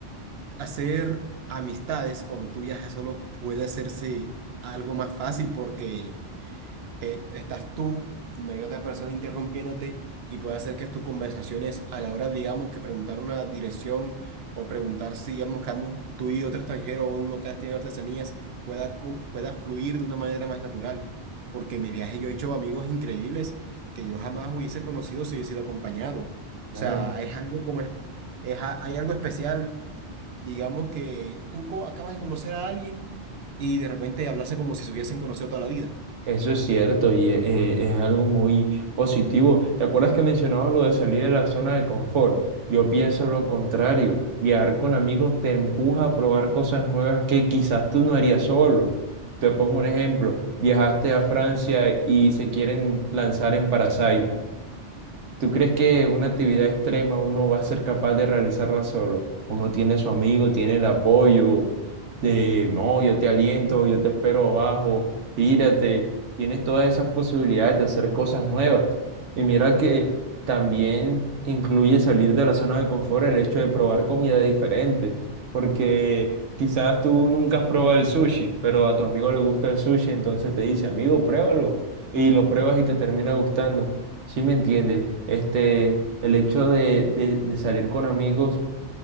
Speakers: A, on the right (about 65°); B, on the right (about 80°).
A: hacer amistades cuando tú viajas solo puede hacerse algo más fácil porque te, estás tú, no hay otra persona interrumpiéndote y puede hacer que tus conversaciones a la hora, digamos, que preguntar una dirección o preguntar si, digamos, que ambos, tú y otro extranjero o un local tiene artesanías, pueda, cu- pueda fluir de una manera más natural. Porque en mi viaje yo he hecho amigos increíbles que yo jamás hubiese conocido si hubiese sido acompañado. O sea,
B: bueno
A: es algo como... Es, es a- hay algo especial Digamos que tú co- acabas de conocer a alguien y de repente hablarse como si se hubiesen conocido toda la vida.
B: Eso es cierto y eh, es algo muy positivo. ¿Te acuerdas que mencionabas lo de salir de la zona de confort? Yo pienso lo contrario. Viajar con amigos te empuja a probar cosas nuevas que quizás tú no harías solo. Te pongo un ejemplo. Viajaste a Francia y se quieren lanzar en Parasite. ¿Tú crees que una actividad extrema uno va a ser capaz de realizarla solo? Uno tiene su amigo, tiene el apoyo de, no, yo te aliento, yo te espero abajo, tírate. Tienes todas esas posibilidades de hacer cosas nuevas. Y mira que también incluye salir de la zona de confort el hecho de probar comida diferente, porque quizás tú nunca has probado el sushi, pero a tu amigo le gusta el sushi, entonces te dice, amigo, pruébalo. Y lo pruebas y te termina gustando. Sí, me entiende. Este, el hecho de, de, de salir con amigos,